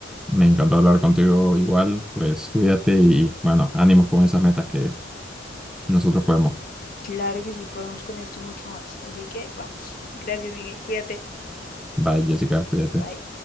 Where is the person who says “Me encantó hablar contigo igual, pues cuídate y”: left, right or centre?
Centre